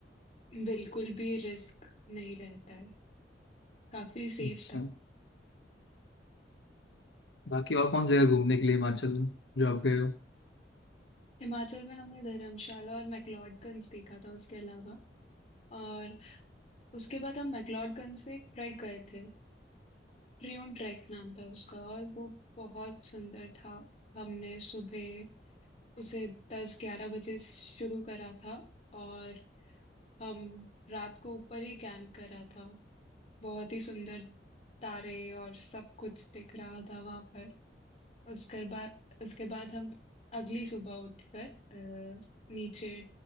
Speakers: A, on the left; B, on the left.
A: बिल्कुल भी रिस्क नहीं रहता है काफी सेफ
B: अच्छा
A: था
B: बाकी और कौन सी जगह घूमने के लिए हिमाचल में जो आप गए हो
A: हिमाचल में हमने धर्मशाला और मैक्लोडगंज देखा था उसके अलावा और उसके बाद हम मैक्लोडगंज से एक ट्रैक गए थे ट्रियोन ट्रैक नाम था उसका और वो बहुत सुंदर था हमने सुबह उसे दस ग्यारह बजे शुरू करा था और हम रात को ऊपर ही कैंप करा था बहुत ही सुंदर तारे और सब कुछ दिख रहा था वहां पर उसके बाद उसके बाद हम अगली सुबह उठकर अ, नीचे